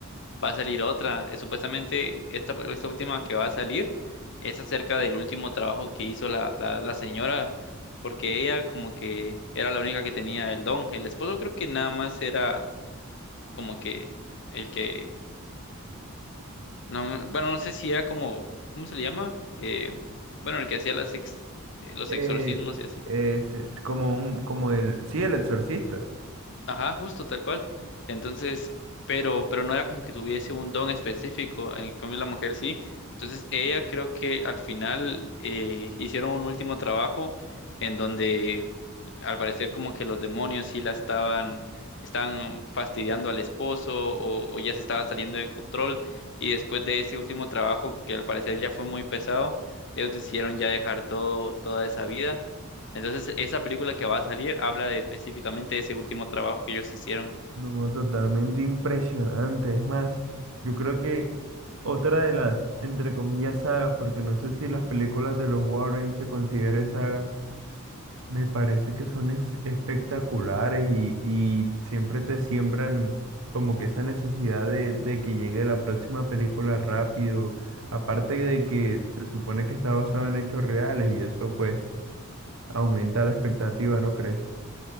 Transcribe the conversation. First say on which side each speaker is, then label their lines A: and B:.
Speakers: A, on the left (about 55°); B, on the right (about 65°).
A: va a salir otra. Eh, Supuestamente esta, esta última que va a salir es acerca del último trabajo que hizo la, la, la señora, porque ella como que era la única que tenía el don. El esposo creo que nada más era como que el que, no, bueno, no sé si era como, ¿cómo se le llama? Eh, bueno, el que hacía las ex- eh, los
B: Eh,
A: exorcismos y así.
B: es, es como un, como el, sí, el exorcista.
A: Ajá, justo tal cual. Entonces, pero, pero no era como que tuviese un don específico, en cambio la mujer sí. Entonces, ella creo que al final eh, hicieron un último trabajo en donde al parecer como que los demonios sí la estaban, estaban fastidiando al esposo o, o ya se estaba saliendo de control. Y después de ese último trabajo, que al parecer ya fue muy pesado, ellos decidieron ya dejar todo, toda esa vida entonces, esa película que va a salir habla de específicamente de ese último trabajo que ellos hicieron.
B: No, totalmente impresionante. Es más, yo creo que otra de las, entre comillas, sagas, porque no sé si las películas de los Warren se consideren sagas, me parece que son es- espectaculares y, y siempre te siembran como que esa necesidad de, de que llegue la próxima película rápido. Aparte de que se supone que está basado en hechos reales y eso pues aumenta la expectativa, ¿no crees?